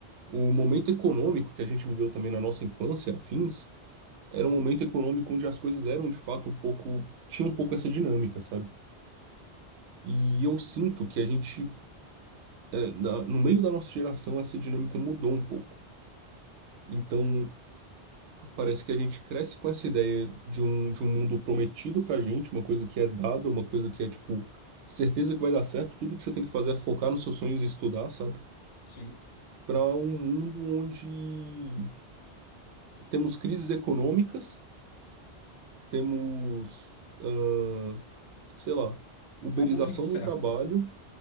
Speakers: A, on the right; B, on the left.
A: o momento econômico que a gente viveu também na nossa infância, afins, era um momento econômico onde as coisas eram de fato um pouco. Tinha um pouco essa dinâmica, sabe? E eu sinto que a gente, é, na- no meio da nossa geração, essa dinâmica mudou um pouco. Então, parece que a gente cresce com essa ideia de um, de um mundo prometido pra gente, uma coisa que é dada, uma coisa que é, tipo, certeza que vai dar certo, tudo que você tem que fazer é focar nos seus sonhos e estudar, sabe?
B: Sim.
A: Para um mundo onde temos crises econômicas, temos, ah, sei lá, uberização
B: É um mundo incerto.
A: do trabalho